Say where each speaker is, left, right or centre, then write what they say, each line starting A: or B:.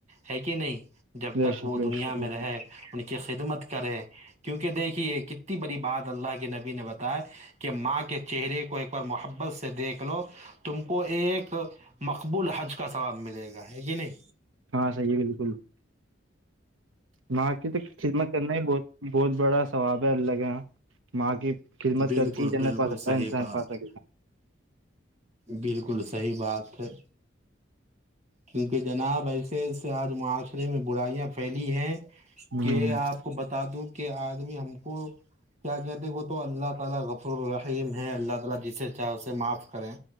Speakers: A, on the right; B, on the right.
A: ہے کہ نہیں جب
B: بے
A: تک
B: شک
A: وہ
B: بے
A: دنیا
B: شک بالکل
A: میں رہے ان کی خدمت کرے کیونکہ دیکھیے کتنی بڑی بات اللہ کے نبی نے بتایا کہ ماں کے چہرے کو ایک بار محبت سے دیکھ لو تم کو ایک مقبول حج کا سواد ملے گا ہے یہ نہیں
B: ہاں صحیح بالکل وہاں کی تو خدمت کرنا ہی بہت بہت بڑا ثواب ہے اللہ کے یہاں ماں کی خدمت
A: بالکل
B: کرتی ہی جنت
A: بالکل
B: پا سکتا
A: صحیح
B: ہے انسان
A: بات
B: پا سکے گ
A: بالکل صحی بات ہے کیونکہ جناب ایسے ایسے آج معاشرے میں برائیاں پھیلی ہیں
B: ہوں
A: کہ آپ کو بتا دوں کہ آدمی ہم کو کیا کہتے تو اللہ تعالی غفر الرحیم ہے اللہ تعالی جسے چاہے اسے معاف کریں